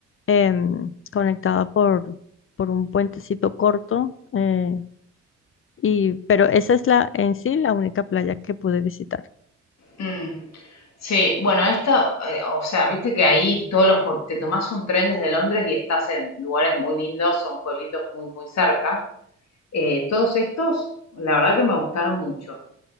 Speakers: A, on the left (about 45°); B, on the left (about 60°).
A: em, conectada por, por un puentecito corto, eh, y, pero esa es la en sí la única playa que pude visitar.
B: Mm. Sí, bueno, esta, eh, o sea, viste que ahí todos los, pue- te tomás un tren desde Londres y estás en lugares muy lindos, son pueblitos muy, muy cerca. Eh, todos estos, la verdad que me gustaron mucho.